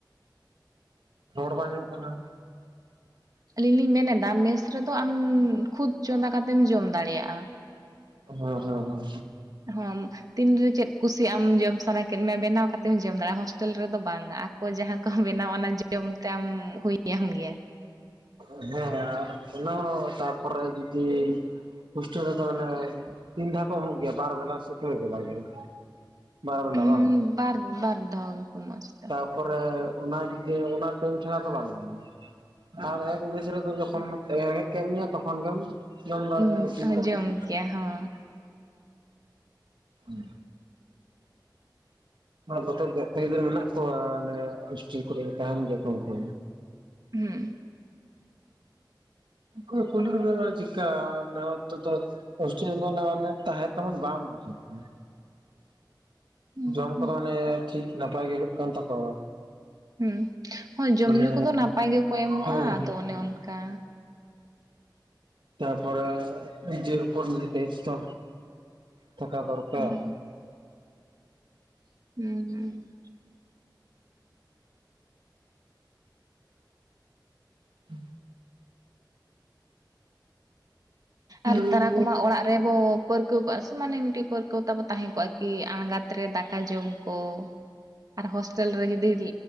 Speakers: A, on the right (about 85°); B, on the right (about 50°).
A: ᱨᱚᱲ ᱵᱟᱝ ᱟᱸᱡᱚᱢᱚᱜ ᱠᱟᱱᱟ
B: ᱟᱹᱞᱤᱧ ᱞᱤᱧ ᱢᱮᱱᱮᱫᱟ ᱢᱮᱥ ᱨᱮᱫᱚ ᱟᱢ ᱠᱷᱩᱫ ᱪᱚᱸᱫᱟ ᱠᱟᱛᱮᱢ ᱡᱚᱢ ᱫᱟᱲᱮᱭᱟᱜᱼᱟ
A: ᱦᱳᱭ ᱦᱳᱭ ᱦᱳᱭ
B: ᱦᱟᱢ ᱛᱤᱱᱨᱮ ᱪᱮᱫ ᱠᱩᱥᱤᱭᱜᱟᱢ ᱡᱚᱢ ᱥᱟᱱᱟ ᱠᱮᱫ ᱢᱮ ᱵᱮᱱᱟᱣ ᱠᱟᱛᱮᱢ ᱡᱚᱢ ᱫᱟᱲᱮᱭᱟᱜᱼᱟ, ᱦᱳᱥᱴᱮᱞ ᱨᱮᱫᱚ ᱵᱟᱝ-ᱟ, ᱟᱠᱚ ᱡᱟᱦᱟᱸ ᱠᱚ ᱵᱮᱱᱟᱣᱟ ᱚᱱᱟ ᱡᱚ ᱡᱚᱢ ᱛᱮ ᱟᱢ ᱦᱩᱭᱟᱢ ᱜᱮᱭᱟ
A: ᱦᱮᱸ ᱦᱮᱸᱟᱨ ᱚᱱᱟ ᱦᱚᱸ ᱛᱟᱯᱚᱨᱮ ᱡᱩᱫᱤ ᱦᱳᱥᱴᱮᱞ ᱨᱮᱫᱚ ᱚᱱᱮ ᱛᱤᱱ ᱫᱷᱟᱣ ᱠᱚ ᱮᱢᱚᱜ ᱜᱮᱭᱟ? ᱵᱟᱨ ᱵᱮᱞᱟ ᱥᱮ ᱯᱮ ᱵᱮᱞᱟ ᱜᱮ ᱵᱟᱨ ᱵᱮᱞᱟ
B: ᱦᱩᱸ
A: ᱵᱟᱝ
B: ᱵᱟᱨ ᱵᱟᱨ ᱫᱷᱟᱣ ᱜᱮ ᱠᱚ ᱢᱚᱜᱟ ᱥᱮ ᱛᱟ
A: ᱛᱟᱯᱚᱨᱮ ᱚᱱᱟ ᱡᱩᱫᱤ ᱚᱱᱟ ᱴᱟᱭᱤᱢ ᱪᱷᱟᱲᱟ ᱫᱚ ᱵᱟᱢ ᱧᱟᱢ-ᱟ ᱟᱨ ᱮᱠ ᱢᱤᱥ ᱨᱮᱫᱚ ᱡᱚᱠᱷᱚᱱ ᱨᱮᱸᱜᱮᱡ ᱠᱮᱫ ᱢᱮᱭᱟ ᱛᱚᱠᱷᱚᱱ ᱜᱮᱢ ᱡᱚᱢ
B: ᱦᱚᱸ
A: ᱫᱟᱲᱮᱜ-ᱟ ᱤᱥᱤᱱ ᱠᱟᱛᱮ
B: ᱡᱚᱢ
A: <inaudible>
B: ᱠᱮᱭᱟ ᱦᱚᱸ
A: ᱟᱨ <inaudible> ᱵᱚᱛᱚᱨ <inaudible> ᱜᱤᱫᱽᱨᱟᱹ ᱢᱮᱱᱟᱜ ᱠᱚᱣᱟ ᱚᱱᱮ ᱦᱳᱥᱴᱮᱞ ᱠᱚᱨᱮ ᱛᱟᱦᱮᱱ ᱜᱮᱭᱟ ᱠᱚ ᱩᱱᱠᱩ
B: ᱦᱩᱸ
A: ᱦᱳᱭ ᱯᱩᱭᱞᱩ ᱨᱮ ᱫᱚ ᱟᱫᱚ ᱪᱤᱜᱠᱟ <unintelligible> ᱚᱥᱴᱮᱞ ᱨᱮ ᱫᱚ <unintelligible> ᱛᱟᱦᱮᱸᱱ ᱛᱮᱵᱚᱱ ᱵᱟᱝ ᱵᱩᱪᱚᱜ ᱠᱟᱱᱟ
B: ᱦᱩᱸ
A: ᱡᱚᱢ
B: ᱦᱩᱸ
A: ᱠᱚᱫᱚ ᱚᱱᱮ ᱴᱷᱤᱠ ᱱᱟᱯᱟᱭ ᱜᱮ ᱦᱩᱭᱩᱜ ᱠᱟᱱ ᱛᱟᱠᱚᱣᱟ?
B: ᱦᱩᱸ ᱦᱚᱭᱸ ᱡᱚᱢ
A: ᱢᱟᱱᱮ
B: ᱧᱩ ᱠᱚᱫᱚ ᱱᱟᱯᱟᱭ ᱜᱮᱠᱚ ᱮᱢᱚᱜᱼᱟ
A: ᱦᱮᱸ
B: ᱟᱫᱚ
A: ᱦᱮᱸ
B: ᱚᱱᱮ ᱚᱱᱠᱟ
A: ᱛᱟᱨᱯᱚᱨ ᱱᱤᱡᱮᱨᱯᱚᱨ ᱱᱤᱡ ᱫᱟᱭᱤᱛᱚ ᱛᱷᱟᱠᱟ ᱫᱚᱨᱠᱟᱨ
B: ᱦᱩᱸ ᱦᱩᱸ ᱦᱩᱸ
A: ᱦᱮᱸ ᱦᱮᱸ
B: ᱟᱨ ᱛᱟᱨᱟ ᱠᱚᱢᱟ ᱚᱲᱟᱜ ᱨᱮᱵᱚ ᱯᱟᱹᱨᱠᱟᱹᱣ ᱠᱚᱜᱼᱟ ᱥᱮ ᱢᱟᱱᱮ ᱢᱤᱫᱴᱤᱡ ᱯᱟᱹᱨᱠᱟᱹᱣ ᱛᱟᱵᱚ ᱛᱟᱦᱮᱸ ᱠᱚᱜᱼᱟ ᱠᱤ ᱟᱬᱜᱟᱛ ᱨᱮ ᱫᱟᱠᱟ ᱡᱚᱢ ᱠᱚ ᱟᱨ ᱦᱳᱥᱴᱮᱞ ᱨᱮ ᱡᱩᱫᱤ